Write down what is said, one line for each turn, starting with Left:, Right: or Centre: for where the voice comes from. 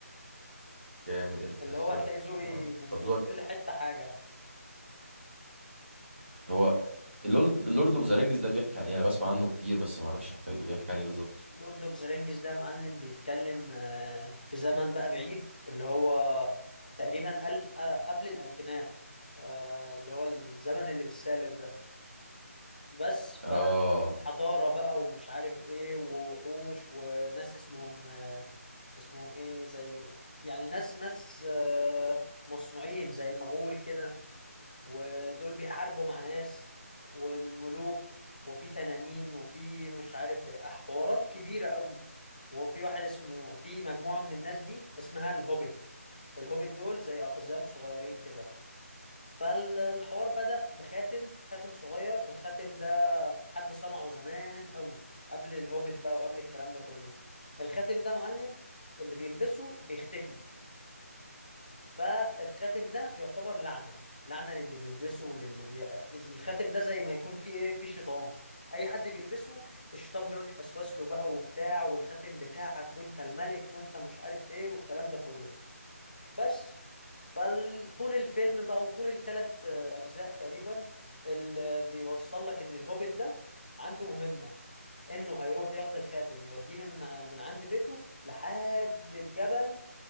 Right: جامد انترستيلر
Left: اللي هو هتلاقي ذوقي
Right: اه
Left: من
Right: طب
Left: من
Right: ذوقك
Left: كل
Right: جامد.
Left: حتة حاجة
Right: هو اللورد اللورد اوف ذا رينجز ده بيحكي عن ايه انا بسمع عنه كتير بس ما اعرفش حكايته بيحكي عن ايه بالظبط
Left: لورد اوف ذا رينجز ده معلم بيتكلم آه، في زمن بقى بعيد اللي هو تقريبا قل- آه، قبل الألفينات آه، اللي هو الزمن اللي بالسالب ده بس
Right: اه
Left: فحضارة بقى ومش عارف ايه ووحوش وناس اسمهم آه، اسمهم ايه زي يعني ناس ناس آه، مصنوعين زي المغول كده ودول بيحاربوا مع ناس والملوك وفي تنانين وفي مش عارف إيه، حوارات كبيرة قوي وفي واحد اسمه في مجموعة من الناس دي اسمها الهوبيت الهوبيت دول زي أقزام صغيرين كده فالحوار بدأ بخاتم خاتم صغير الخاتم ده حد صنعه زمان قوي قبل الهوبيت بقى وقبل الكلام ده كله الخاتم ده معلم اللي بيلبسه بيختفي فالخاتم ده يعتبر لعنة لعنة للي بيلبسه وللي بي... إذ- الخاتم ده زي ما يكون فيه ايه فيه شيطان اي حد بيلبسه الشيطان بيقعد يوسوس له بقى وبتاع والخاتم بتاعك وانت الملك وانت مش عارف ايه والكلام ده كله بس فطول الفيلم بقى وطول الثلاث اجزاء تقريبا اللي بيوصل لك ان الهوبيت ده عنده مهمة انه هيروح ياخد الخاتم يوديه من من عند بيته لحد الجبل